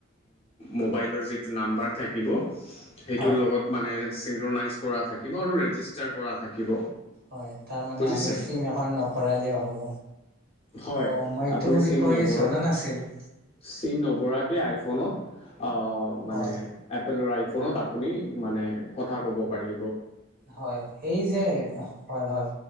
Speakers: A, on the left (about 30°); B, on the right (about 45°).
A: মোবাইলৰ যি টো নাম্বাৰ থাকিব সেইটোৰ
B: হয়,
A: লগত মানে চিংক্ৰনাইজ কৰা থাকিব আৰু ৰেজিষ্টাৰ কৰা থাকিব
B: হয় তাৰ মানে
A: বুজিছে
B: আমি চিম এখন নভৰালেও হ'ব।
A: হয়
B: অ' মই এইটো
A: আপুনি
B: বিষয়ে
A: চিম নভৰ
B: জনা নাছিলোঁ।
A: চিম নভৰাকে আইফোনত। আহ মানে
B: হয়,
A: এপেলৰ আইফোনত আপুনি মানে কথা কব পাৰি।
B: হয় এই যে হয় হয়